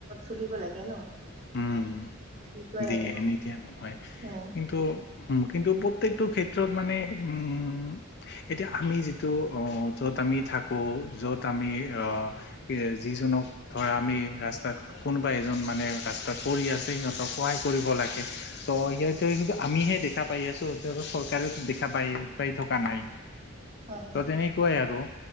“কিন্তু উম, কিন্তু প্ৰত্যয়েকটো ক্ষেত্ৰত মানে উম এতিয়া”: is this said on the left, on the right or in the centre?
Left